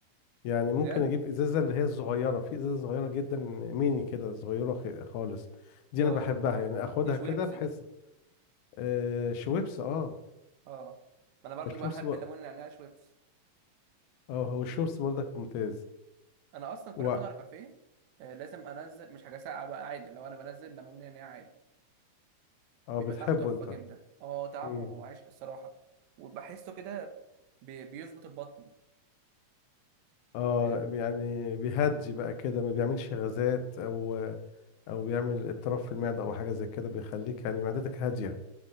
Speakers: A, on the left (about 85°); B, on the right (about 75°).
A: يعني ممكن
B: بجد
A: اجيب ازازه اللي هي الصغيره في ازازه صغيره جدا ميني كده صغيره خ- خالص دي انا
B: اه
A: بحبها يعني اخدها
B: دي شويبس
A: كده بحيث
B: دي
A: آه شويبس اه
B: اه ما انا برضو
A: الشويبس
B: بحب
A: بق-
B: الليمون النعناع شويبس
A: اه هو الشويبس برضك ممتاز
B: انا اصلا كل
A: و...
B: ما اقعد على كافيه آه، لازم انزل مش حاجه ساقعه بقى عادي لو انا بنزل ليمون نعناع عادي
A: اه
B: بيبقى
A: بتحبه
B: طعمه تحفه
A: انت
B: جدا اه طعمه
A: امم
B: عايش الصراحه وبحسه كده بي- بيظبط البطن
A: اه
B: فاهم
A: يعني بيهدي بقى كده ما بيعملش غازات او او بيعمل اضطراب في المعده او حاجه زي كده بيخليك يعني معدتك هاديه